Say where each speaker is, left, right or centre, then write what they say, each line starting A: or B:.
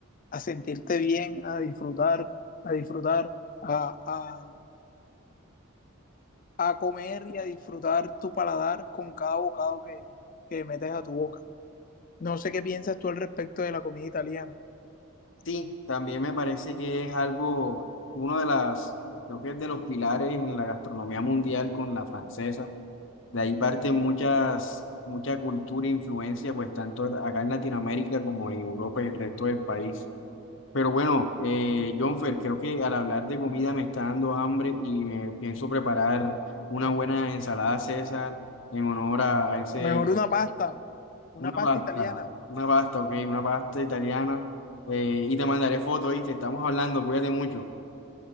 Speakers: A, on the left (about 40°); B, on the left (about 55°).
A: a sentirte bien, a disfrutar, a disfrutar, a, a- a comer y a disfrutar tu paladar con cada bocado que, que metes a tu boca. No sé qué piensas tú al respecto de la comida italiana.
B: sí, también me parece que es algo, uno de las, creo que es de los pilares en la gastronomía mundial con la francesa. De ahí parten muchas, mucha cultura e influencia, pues tanto acá en Latinoamérica como en Europa y el resto del país. Pero bueno, eh, Jonfer, creo que al hablar de comida me está dando hambre y me pienso preparar una buena ensalada César en honor a, a ese,
A: Mejor una pasta, una
B: una
A: pasta
B: pasta,
A: italiana.
B: una pasta, ok, una pasta italiana. eh, y te mandaré fotos, y te estamos hablando, cuídate mucho.